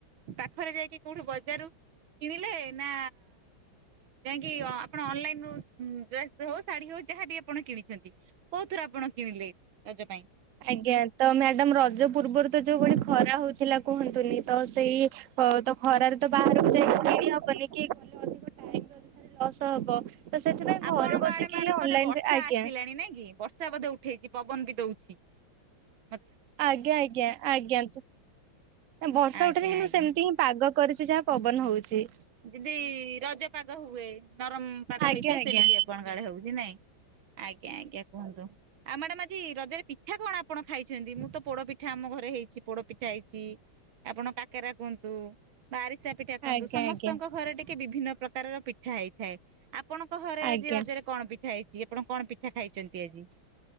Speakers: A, on the right; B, on the right.
A: ପାଖରେ ଯାଇକି କୋଉଠୁ ବଜାର କିଣିଲେ ନା ଯାଇକି ଆପଣ ଅନଲାଇନ ରୁ ଡ୍ରେସ୍ ହଉ ଶାଢୀ ହଉ ଯାହାବି ଆପଣ କିଣିଛନ୍ତି କୋଉଥିରେ ଆପଣ କିଣିଲେ ରଜ ପାଇଁ
B: ଆଜ୍ଞା ତ ମ୍ୟାଡାମ ରଜ ପୂର୍ବରୁ ତ ଯୋଉ ଭଳି ଖରା ହଉଥିଲା କୁହନ୍ତୁନି ତ ସେଇ ତ ଖରାରେ ତ ବାହାରକୁ ଯାଇ ହବନି କି ଗଲେ ଅଧିକ ଟାଇମ ଅଯଥା ରେ ଲସ୍ ହବ। ତ ସେଥିପାଇଁ
A: ଆପଣଙ୍କ
B: ଘରେ ବସିକି
A: ଆଡେ ମାଡାମ୍
B: ହିଁ ଅନଲାଇନରେ
A: ବୋଧେ ବର୍ଷା
B: ଆଜ୍ଞା
A: ଆସିଲାଣି ନାଇ କି ବର୍ଷା ବୋଧେ ଉଠେଇଛି ପବନ ବି ଦଉ <unintelligible>
B: ଆଜ୍ଞା ଆଜ୍ଞା ଆଜ୍ଞା ବର୍ଷା
A: ଆଜ୍ଞା
B: ଉଠେନି କିନ୍ତୁ
A: ଆଜ୍ଞା
B: ସେମିତି ହିଁ ପାଗ କରିଛି ଯାହା ପବନ ହଉଛି।
A: <inaudible> ରଜ ପାଗ ହୁଏ। ନରମ ପାଗ
B: ଆଜ୍ଞା
A: ହେଇଥାଏ
B: ଆଜ୍ଞା
A: ସେମିତି ଆପଣଙ୍କ ଆଡେ ହଉଛି ନାଇଁ ଆଜ୍ଞା ଆଜ୍ଞା କୁହନ୍ତୁ ଆଉ ମ୍ୟାଡ଼ାମ ଇ ରଜରେ ପିଠା କଣ ଆପଣ ଖାଇଛନ୍ତି ମୁଁ ତ ପୋଡ ପିଠା ଆମ ଘରେ ହେଇଛି ପୋଡ ପିଠା ହେଇଛି ଆପଣ କାକେରା କୁହନ୍ତୁ ବା ଆରିଶା ପିଠା <unintelligible>
B: ଆଜ୍ଞା
A: ସମ
B: ଆଜ୍ଞା
A: ଟିକେ ବିଭିନ୍ନ ପ୍ରକାରର ପିଠା ହେଇଥାଏ ଆପଣଙ୍କ ଘରେ
B: ଆଜ୍ଞା
A: ଆଜି ରଜରେ କଣ ପିଠା ହେଇଛି ଆପଣ କଣ ପିଠା ଖାଇଛନ୍ତି ଆଜି?